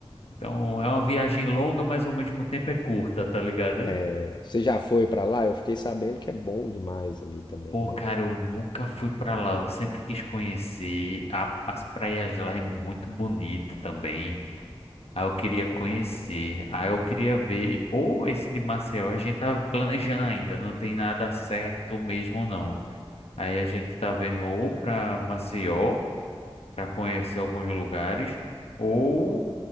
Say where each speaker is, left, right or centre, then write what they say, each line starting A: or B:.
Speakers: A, on the left; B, on the left.
A: Então é uma viagem longa, mas ao mesmo tempo é curta, tá ligado?
B: É, você já foi para lá? Eu fiquei sabendo que é bom demais ali também,
A: Pô,
B: né?
A: cara, eu nunca fui pra lá, eu sempre quis conhecer. A- as praias lá é muito bonita também. Aí eu queria conhecer, aí eu queria ver, ou esse de Maceió, a gente tá planejando ainda, não tem nada certo mesmo não. Aí a gente tá vendo ou para Maceió, para conhecer alguns lugares, ou